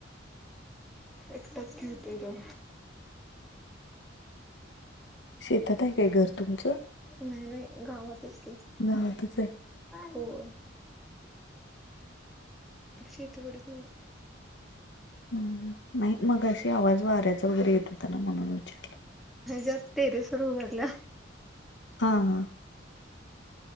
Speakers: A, in the centre; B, on the left (about 60°).
A: एकटाच खेळतोय तो
B: शेतात आहे काय घर तुमचं.
A: नाही नाही गावातच की,
B: गावातच ये.
A: होय. शेतीवडीत नाही.
B: हं नाही मगाशी आवाज वाऱ्याचा, वगैरे येत होता ना म्हणून विचार.
A: जास्त टेरेस वर उभारल्या.
B: हां हां.